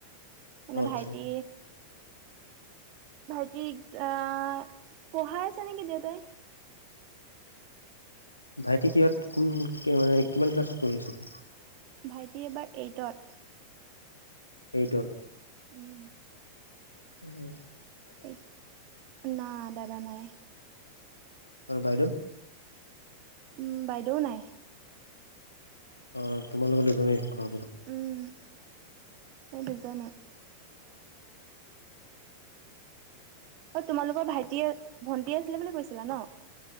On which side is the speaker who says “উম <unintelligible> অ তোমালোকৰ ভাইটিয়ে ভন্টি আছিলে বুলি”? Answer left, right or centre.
Right